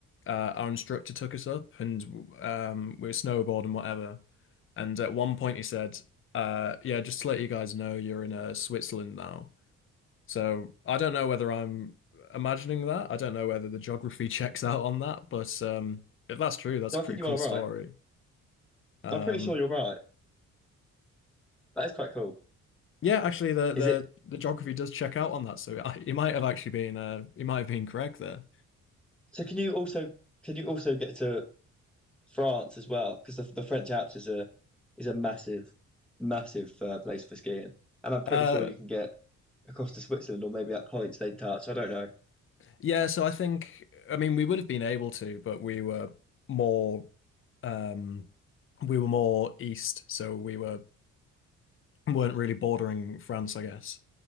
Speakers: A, on the left; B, in the centre.
A: uh, our instructor took us up and um, we were snowboarding, whatever. And at one point, he said, uh, Yeah, just to let you guys know, you're in uh, Switzerland now. So I don't know whether I'm imagining that. I don't know whether the geography <laughs> checks out on that. But um, if that's true, that's
B: no,
A: a
B: I
A: pretty
B: think you
A: cool
B: are
A: story.
B: right.
A: Um,
B: I'm pretty sure you're right. That is quite cool.
A: yeah, actually, the, the,
B: Is it?
A: the geography does check out on that. So <laughs> I, he might have actually been, uh, he might have been correct there.
B: So can you also can you also get to France as well? Because the, the French Alps is a is a massive massive uh, place for skiing, and I'm pretty
A: Uh,
B: sure you can get across to Switzerland or maybe at points they touch. I don't know.
A: Yeah, so I think I mean we would have been able to, but we were more um we were more east, so we were weren't really bordering France, I guess.